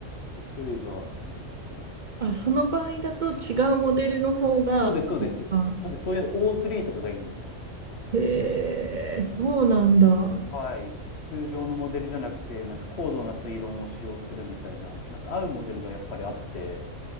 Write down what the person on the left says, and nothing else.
例えば、なんだったっけな。
そうです、そうです。
多分そういう O3 とかがいいんですよね。
はい。通常のモデルじゃなくて、なんか高度な推論を使用するみたいな、なんか合うモデルがやっぱりあって、